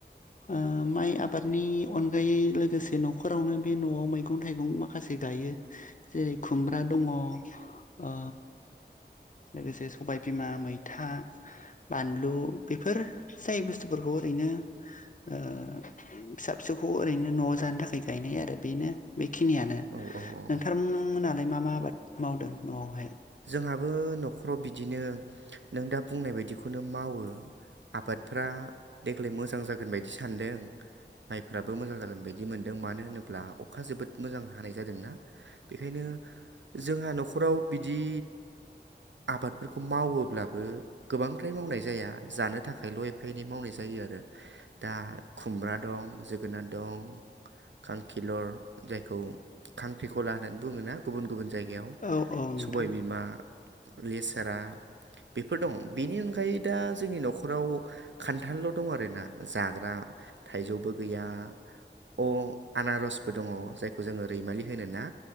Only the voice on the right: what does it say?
औ औ औ औ
जोंहाबो न'खराव बिदिनो नों दा बुंनाय बायदिखौनो मावो आबादफोरा देग्लाय मोजां जागोन बायदि सानदों माइफोराबो मोजां जागोन बायदि मोनदों मानो होनोब्ला अखा जोबोद मोजां हानाय जादोंना बेखायनो जोंहा न'खराव बिदि आबादफोरखौ मावोब्लाबो गोबांद्राय मावनाय जाया जानो थाखायल' एफा एनै मावनाय जायो जायो आरो दा खुमब्रा दं जोगोनार दं खांखिलर जायखौ खांख्रिखला होननानै बुङना गुबुन गुबुन जायगायाव
सबाय बिमा लेसारा बेफोर दं बेनि अनगायै दा जोंनि न'खराव खान्थालल' दं आरोना जाग्रा थाइजौबो गैया अ आनारसबो दङ जायखौ जोङो रैमालि होनो ना